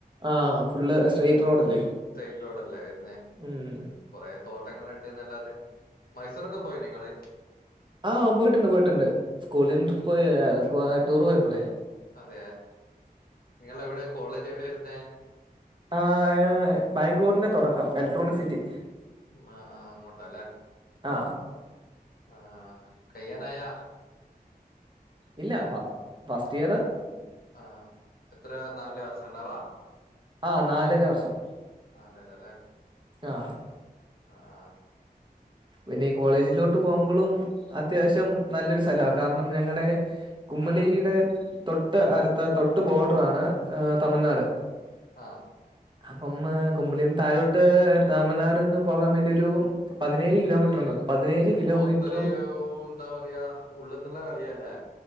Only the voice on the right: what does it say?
ആ ഫുള്ള് സ്ട്രെയിറ്റ് റോഡല്ലേ
ഉം
ആ പോയിട്ടുണ്ട് പോയിട്ടുണ്ട് സ്കൂളിന് ട്രിപ്പ് പോയി ടൂർ പോയപ്പോളെ
ആ ബാംഗ്ലൂരിന്റെ തുടക്കം എലക്ട്രോണിക് സിറ്റി
ആ
ഇല്ല ഫ ഫസ്റ്റ് ഇയർ
ആഹ് നാലര വർഷം
ആഹ്
പിന്നെ ഈ കോളേജിലോട്ട് പോകുമ്പോളും അത്യാവശ്യം നല്ലൊരു സ്ഥലവാ കാരണം ഞങ്ങടെ കുമ്മളീയുടെ
തൊട്ട് അടുത്ത തൊട്ട് ബോർഡർ ആണ് ആ തമിഴ്നാട്
അപ്പം കുമ്പളീന്ന് തഴോട്ട ട്ട് തമിഴ്നാട് നിന്നും പോകാൻ വേണ്ടി ഒരു പതിനേഴ് കിലോമീറ്റർ ഉണ്ട് പതിനേഴ്
കിലോമീറ്ററും